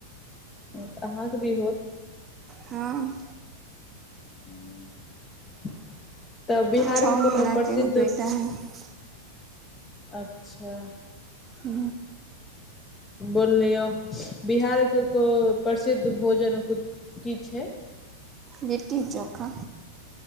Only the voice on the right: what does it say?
हँ
छओ महीनाके
एगो बेटा हइ
ह
लिट्टी चोखा